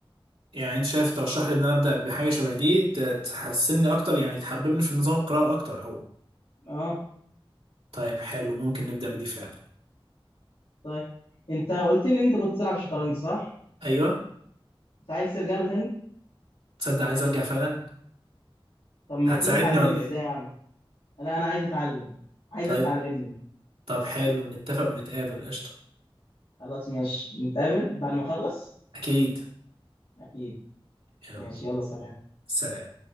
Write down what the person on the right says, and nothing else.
يعني انت شايف ترشح لي ان انا ابدا بحاجه شبه دي ت- تحسني اكتر يعني تحببني في نظام القراءه اكتر او
طيب حلو ممكن نبدا بدي فعلا
ايوه
تصدق عايز ارجع فعلا
هتساعدني
ولا
ايه
طيب
طب حلو نتفق ونتقابل قشطة
أكيد
يلا
سلام